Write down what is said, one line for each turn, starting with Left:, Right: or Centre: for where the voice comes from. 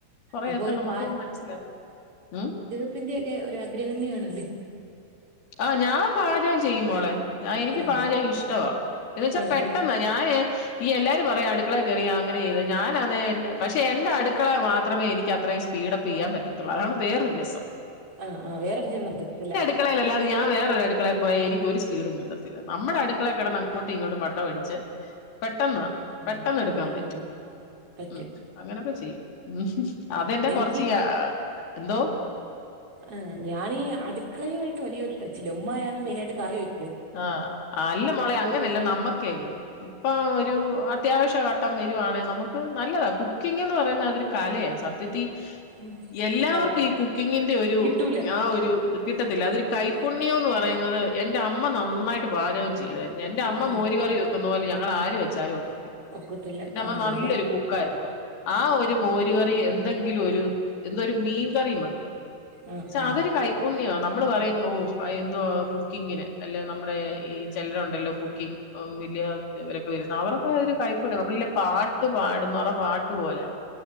Left: കൊറെയൊക്കെ
Right: അപ്പൊ ഒരു
Left: നമുക്കു
Right: പാ
Left: മനസ്സിലാവും ഉം
Right: കുക്കിങ്ങിൻ്റെയൊക്കെ ഒര് അഗ്രകണ്ണിയാണല്ലേ
Left: ആഹ് ഞാൻ പാചകം ചെയ്യും മോളെ ഞാ എനിക്ക്
Right: ആ
Left: പാചകം ഇഷ്ടവാ എന്ന് വെച്ചാ
Right: ആണല്ലേ
Left: പെട്ടന്നാ - ഞായെ - ഈ എല്ലാരും പറയും അടുക്കളെ കേറിയ അങ്ങനെയ്ത് ഞാനാന്നെ എന്റെ പക്ഷെ എന്റെ അട്ക്കള മാത്രമേ എനിക്ക് അത്രയും സെയ്‌ - സ്പീഡപ്പ്‌ ചെയ്യാൻ പറ്റത്തൊള്ളൂ അതാണ് വേറൊര് രസം.
Right: ആഹ് ആഹ് വേറെവടേംചെന്നാ കിട്ടത്തില്ല
Left: ട്ക്കളെലല്ലാതെ അത് ഞാൻ വേറൊര് അട്ക്കളെ പോയാ എനിക്ക് ഒര് സ്പീഡും കിട്ടത്തില്ല. നമ്മടെ അട്ക്കളെ കെടന്ന് അങ്ങോട്ടും ഇങ്ങോട്ടും വട്ടോ അടിച്ച് <unintelligible> പെട്ടെന്ന്,
Right: ആ
Left: പെട്ടെന്ന് എട്ക്കാൻ
Right: പെട്ടെന്ന്
Left: പറ്റും
Right: പറ്റും
Left: ഉം അങ്ങനെക്കെ ചെയ്യും. അതെന്റെ
Right: എനിക്ക്
Left: കൊറച്ചിയാ. എന്തോ?
Right: ആഹ് ഞാനീ അട്ക്കളയു ആയിട്ട് വലിയൊര് ടച്ചില്ല. ഉമ്മായാണ് മെയിനായിട്ട് കറി വെക്ക-
Left: ആഹ് അല്ല മോളെ അങ്ങനെയല്ല
Right: വെക്കണം
Left: നമ്മക്കെയ് ഇപ്പൊ ഒരു അത്യാവശ്യഘട്ടം വരുവാണെ നമ്മക്ക് നല്ലതാ കുക്കിംഗ്‌ന്ന് പറയുന്നെ അതൊരു കലയാ സത്- സത്യത്തീ
Right: ഉം.
Left: എല്ലാവർക്കും
Right: അതെ
Left: ഈ കുക്കിങ്ങിന്റെ ഒരു
Right: കിട്ടൂല
Left: ആ ഒരു കിട്ടത്തില്ല അതൊരു കൈപ്പുണ്യ
Right: ഉം
Left: - കൈപ്പുണ്യോന്ന് പറയുന്നത് എന്റെ അമ്മ നന്നായിട്ട് പാചകം ചെയ്യ്യായിര്ന്ന് എന്റെ അമ്മ
Right: ആ
Left: മോര്കറി വെ- വെക്കുന്നപോലെ ഞങ്ങളാര് വെച്ചാലും ഒക്കത്തില്ല.
Right: ഒക്കത്തില്ല
Left: എന്റമ്മ
Right: ആ
Left: നല്ലൊരു
Right: അതാ
Left: കുക്കായ്ര്ന്നു ആ ഒര് മോര് മോര്കറി എന്തെങ്കിലൊരു എന്തൊര് മീൻകറി മതി.
Right: ആ
Left: ച്ച
Right: ആ
Left: അതൊര് കൈ - പുണ്യ നമ്മള് പറയും ഓഹ് എന്തുവാ കുക്കിങ്ങിന് അല്ലെ നമ്മടെ ഈ ചിലരൊണ്ടല്ലോ കുക്കിംഗ് ഉം വല്ല്യ വരൊക്കെവര്ന്ന അവരൊക്കെ അതൊര് കൈപുണ്യമാ നമ്മ - പാട്ട് പാട്ന്നോർടെ പാട്ട് പോലാ